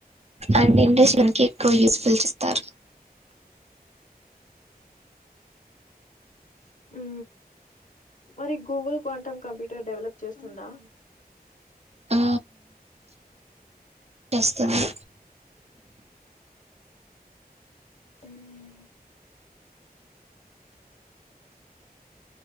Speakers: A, on the right (about 40°); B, on the left (about 55°).
A: అండ్ ఇండస్ట్రీకి ఎక్కువ యూస్ఫుల్ చెస్తారు
B: ఉ మరి గూగుల్ క్వాంటమ్ కంప్యూటర్ డెవలప్ చేస్తుందా
A: ఆ చేస్తుంది
B: మ్